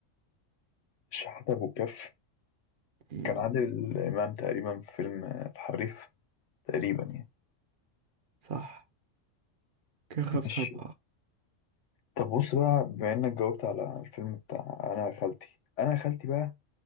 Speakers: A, on the left; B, on the right.
A: الشحاتة أبو الكف
B: مم،
A: كان عادل إمام تقريبا في فيلم آه، الحريف تقريبا يعني
B: صح كان خمسة
A: ماشي
B: أربعة
A: طب بص بقى بما إنك جاوبت على الفيلم بتاع أنا يا خالتي أنا يا خالتي بقى